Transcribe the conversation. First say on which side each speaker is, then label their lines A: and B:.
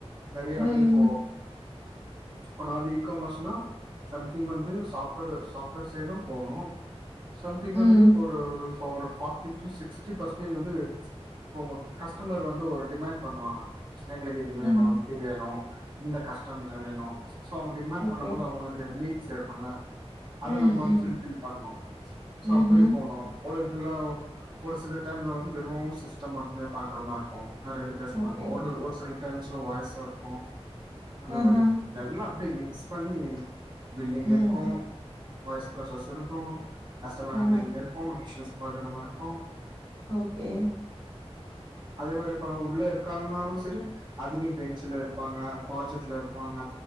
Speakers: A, on the right; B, on the right.
A: நெறையா
B: ம்,
A: வந்துப் போவோ இப்ப நா ந்து இக்காமஸ்னா சம்திங் வந்து சாஃப்ட்வேர் சாஃப்ட்வேர் சைடு போணு சம்திங்
B: ம்,
A: வந்து ஒரு ஒரு இப்ப ஒரு ஃபாட்டி டூ சிக்ஸ்ட்டி பர்சன்டேஜ் வந்து போவோ கஸ்டமர் வந்து ஒரு டிமண்ட் பண்ணுவாங்க எங்ளுக்கு இது வேணு
B: ம்.
A: இப்டி வேணு இந்த கஷ்டம்ல வேணு சோ அவங்க டிமாண்ட்
B: ஓகே.
A: பண்ணம்போது அவுங்குளுக்கு நீட்ஸ் இருக்குல்ல அத
B: ம்,
A: நம்ம வந்து
B: ம்.
A: ஃபுல் ஃபில் பண்ணு சோ
B: ம்ஹ்ம்.
A: அப்டி போணு ஒரு துலா ஒ ஒரு சில டைம்ல வந்து வெறு சிஸ்டம் மட்டுமே பாக்குற மார்ருக்கு நறையாட்டி பேச
B: ஓகே.
A: மாருக்கு ஒரு ஒரு சில டைம்ஸ்ல வாய்ஸ்ஸாருக்கு அந்த
B: ஆஹா.
A: மரி எல்லா அப்டே மிக்ஸ் பண்ணி பில்லிங்
B: ம்.
A: இருக்கு வாய்ஸ் ப்ரஸ்சஸ் இருக்கு கஸ்டமர்
B: ஆ.
A: ஹேண்டலிங் இருக்கு <unintelligible> பாக்ற மார்ருக்கு
B: ஓகே
A: அதே மாரிப்பா உள்ள இருக்காங்கன்னாலு செரி அதுலயு பெஞ்சுலருப்பாங்க பாஜட்லருப்பாங்க